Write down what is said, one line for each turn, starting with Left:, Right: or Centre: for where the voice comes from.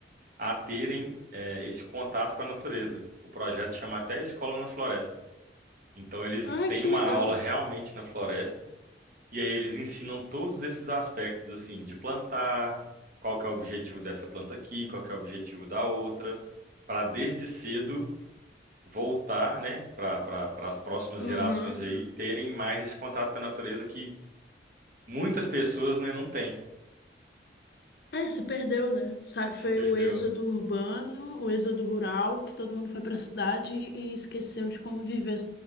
Right: a terem é, esse contato com a natureza. O projeto chama até Escola na Floresta. Então eles
Left: Ai,
Right: têm
Left: que
Right: uma
Left: legal.
Right: aula realmente na floresta e aí eles ensinam todos esses aspectos assim de plantar, qual que é o objetivo dessa planta aqui, qual que é o objetivo da outra, para desde cedo voltar, né, para para as próximas
Left: Uhum.
Right: gerações aí terem mais esse contato com a natureza que muitas pessoas, né, não têm,
Left: É, se perdeu, né? Sa- Foi
Right: se perdeu.
Left: o êxodo urbano, o êxodo rural, que todo mundo foi para a cidade e esqueceu de como viver